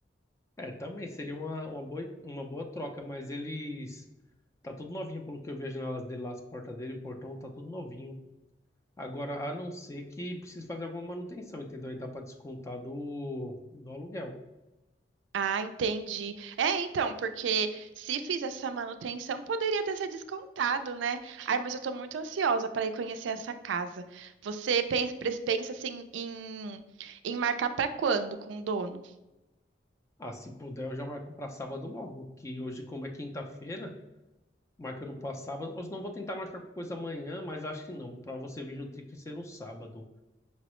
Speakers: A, on the left; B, on the right.
A: É, também seria uma, uma boa, uma boa troca, mas eles. Tá tudo novinho, pelo que eu vi, as janelas dele lá, as portas dele, o portão tá tudo novinho. Agora, a não ser que precise fazer alguma manutenção, entendeu? Aí dá para descontar do, do aluguel.
B: Ah, entendi. É, então, porque se fiz essa manutenção, poderia ter sido descontado, né? Ai, mas eu tô muito ansiosa para ir conhecer essa casa. Você pensa, pensa assim em, em marcar para quando com o dono?
A: Ah, se puder, eu já marco para sábado logo, que hoje, como é quinta-feira, marca no para sábado. Ou se não vou tentar marcar coisa amanhã, mas acho que não, para você vir no Trick ser no sábado.